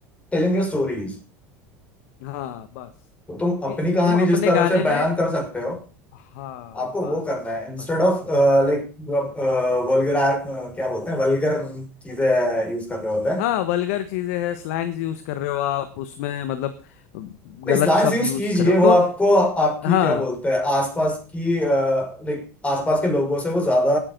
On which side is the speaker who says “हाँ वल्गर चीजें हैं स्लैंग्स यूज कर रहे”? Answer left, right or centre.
Left